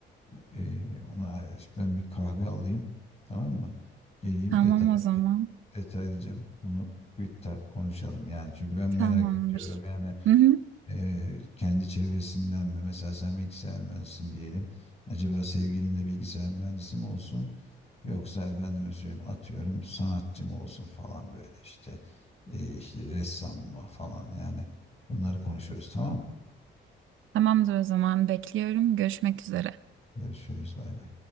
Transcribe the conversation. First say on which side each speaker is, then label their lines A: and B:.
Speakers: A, on the left; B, on the right.
A: E, ona ayrı- ben bir kahve alayım. Tamam mı? Geleyim
B: tamam
A: detaylıca
B: o zaman
A: detaylıca bunu bir ta- konuşalım yani. Çünkü ben merak
B: tamamdır.
A: ediyorum yani
B: Hı hı,
A: Eee, kendi çevresinden mi? Mesela sen bilgisayar mühendisisin diyelim. Acaba sevgilin de bilgisayar mühendisi mi olsun? Yoksa efendime söyleyeyim atıyorum sanatçı mı olsun falan böyle işte. Eee, işte ressam mı falan yani. Bunları konuşuruz tamam. mı?
B: tamamdır o zaman bekliyorum. Görüşmek üzere.
A: Görüşürüz bay bay.